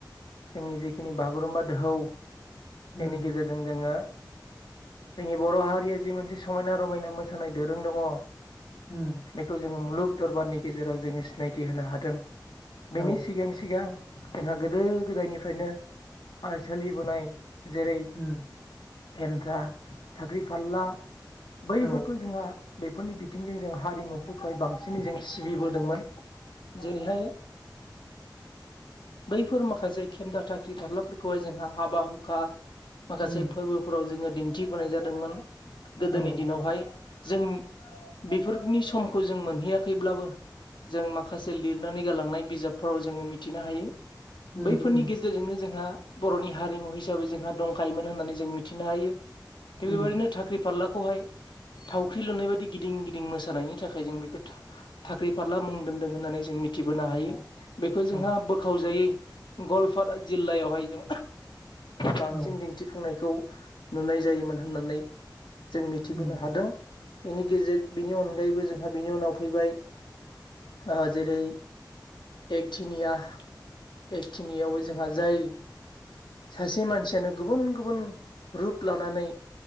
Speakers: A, on the left; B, on the left.
A: जोंनि जिखिनि बागुरुमबा दोहौ
B: उम
A: बेनि गेजेरजों जों जोङो जोंनि बर' हारिया जि मोनसे समायना रमायना मोसानाय दोरों दङ।
B: ह <inaudible>
A: बेखौ जोङो मुलुग दरबारनि गेजेराव जोङो सिनायथि होनो हादों बेनि
B: औ
A: सिगां सिगां जोंहा गोदो गोदायनिफ्रायनो सोलिबोनाय जेरै
B: उम
A: खेमन्था थाख्रि फाला बैफोरखौ
B: औ उम औ
A: जोंहा बेफोरनि बिथिंजों जों हारिमुफोरखौहाय बांसिनै जों सिबिबोदोंमोन जेरैहाय बैफोर माखासे खेमदा थाखाख्रि फाबलाफोरखौहाय जोंहा हाबा हुखा माखासे
B: उम
A: फोरबो फोराव जोङो दिन्थिबोनाय जादोंमोन
B: औ
A: गोदोनि दिनावहाय जों बेफोरनि समखौ जों मोनहैयाखैब्लाबो जों माखासे लिर खुनानै गालांनाय बिजाबफोराव जोङो मिथिनो हायो
B: उम
A: बैफोरनि
B: उम
A: गेजेरजोंनो जोंहा बर'नि हारिमु हिसाबै जोंहा दंखायोमोन होन्नानै जों मिथिनो हायो थिग बेबायदिनो
B: उम
A: थाख्रि फारलाखौहाय थावख्रि लुनाय बायदि गिदिं गिदिं मोसानायनि थाखाय जों बेखौ था थाख्रि फारला मुं दोन्दों होननानै जों मिथि थिबोनो हायो
B: औ
A: बेखौ
B: औ
A: जोंहा बोखावजायै गवालपारा जिल्लायावहाय जों बांसिन
B: औ
A: दिन्थिफुंनायखौ नुनाय जायोमोन होननानै जों मिथिबोनो
B: उम
A: हादों बेनि गेजेर बिनि अनगायैबो जोंहा बिनि उनाव फैबाय। ओ जेरै एकथिंयिया एकथिनियाव जोंहा जाय सासे मानसियानो गुबुन गुबुन रुप लानानै